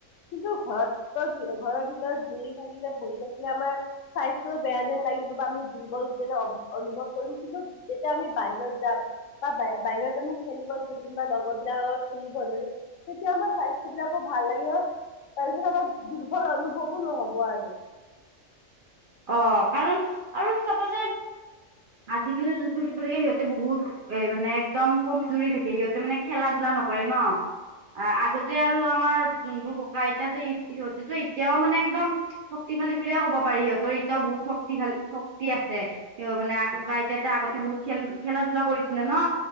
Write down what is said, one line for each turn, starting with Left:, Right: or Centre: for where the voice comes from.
Left: কিন্তু ঘৰত ভিতৰত কি ঘৰৰ ভিতৰত বহি থাকিলে বহি থাকিলে আমাৰ স্বাস্থ্যও বেয়া যেন লাগিব বা আমি দুৰ্বল যেনে অ', অনুভৱ কৰিম কিন্তু যেতিয়া আমি বাহিৰত যাম। বা বাহি বাহিৰত আমি খেলিব ধৰিম বা লগৰ বিলাকৰ লগত খেলিব ধৰিম, তেতিয়া আমাৰ স্বাস্থ্য বিলাকো ভাল লাগিব তাৰপিছত আমাৰ দুৰ্বল অনুভৱো নহ'ব আৰু।
Right: অ', কাৰণ আৰু চাবা যে আজিকালি যোনবোৰ সেই কৰে সিহঁতে বহুত এ মানে একদম কমজুৰি থাকে সিহঁতে মানে খেলা ধূলা নকৰে ন। আ, আগতে আৰু আমাৰ যোনবোৰ ককা আইতাহঁতে এ সিহঁতেটো এতিয়াও মানে একদম শক্তিশালী বুলিয়ে ক'ব পাৰি, সিহঁতৰ এতিয়াও বহুত শক্তিশালী শক্তি আছে। এতিয়াও মানে আ ককা আইতাহঁতে আগতে বহুত খেল খেলা ধূলা কৰিছিলে ন।